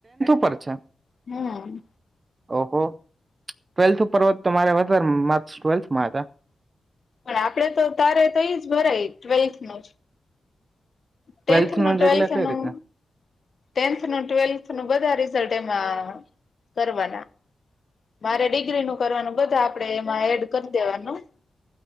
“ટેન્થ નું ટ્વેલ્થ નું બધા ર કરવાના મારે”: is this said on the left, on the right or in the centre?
Left